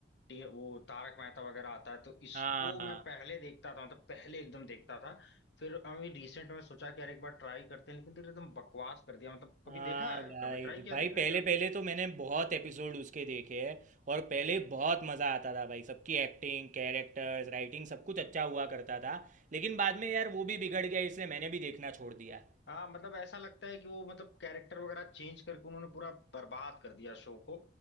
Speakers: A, on the left (about 65°); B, on the right (about 40°).
A: टी- वो तारक मेहता वगैरह आता है तो इसको
B: हाँ
A: मैं
B: हाँ।
A: पहले देखता था मतलब पहले एकदम देखता था फिर अभी रिसेंट में सोचा कि यार एक बार ट्राई करते हैं लेकिन फिर एकदम बकवास कर दिया मतलब कभी
B: हाँ
A: देखा है
B: भाई
A: कभी ट्राई किया
B: भाई
A: देखने
B: पहले
A: का
B: पहले तो मैंने बहुत एपिसोड उसके देखे हैं और पहले बहुत मज़ा आता था भाई सबकी एक्टिंग कैरेक्टर्स राइटिंग सब कुछ अच्छा हुआ करता था लेकिन बाद में यार वो भी बिगड़ गया इसलिए मैंने भी देखना छोड़ दिया
A: हाँ मतलब ऐसा लगता है कि वो मतलब कैरेक्टर वगैरह चेंज करके उन्होंने पूरा बर्बाद कर दिया शो को